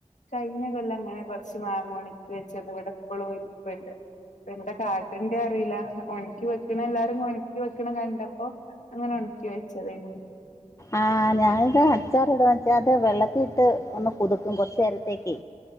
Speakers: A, on the left; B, on the left.
A: കൈഞ്ഞ കൊല്ലം അങ്ങനെ കൊറച്ച് മാങ്ങ ഒണക്കി വെച്ചത് ഇവിടെ ഇപ്പളും ഇരുപ്പുണ്ട് ഇപ്പ എന്താ കാട്ടണ്ടേ അറിയില്ല ഒണക്കി വെക്കണെല്ലാരും ഒണക്കി വെക്കണ കണ്ടപ്പോ അങ്ങനെ ഒണക്കി വെച്ചതെയ്ന്നു
B: ആഹ് ഞാനിത് അച്ചാർ ഇടും വെച്ചാ അത് വെള്ളത്തി ഇട്ട് ഒന്ന് കുതുക്കും കൊറ്നേരത്തേക്ക്